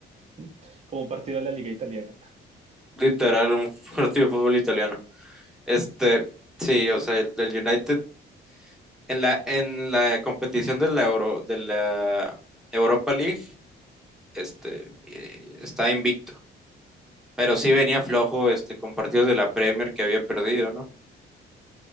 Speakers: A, on the right; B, in the centre.
A: mm, como un partido de la Liga Italiana.
B: Literal, un <laughs> partido de fútbol italiano. Este, sí, o sea, el del United en la en la competición de la Euro de la Europa League, este eh, está invicto, pero sí venía flojo este con partidos de la Premier que había perdido, ¿no?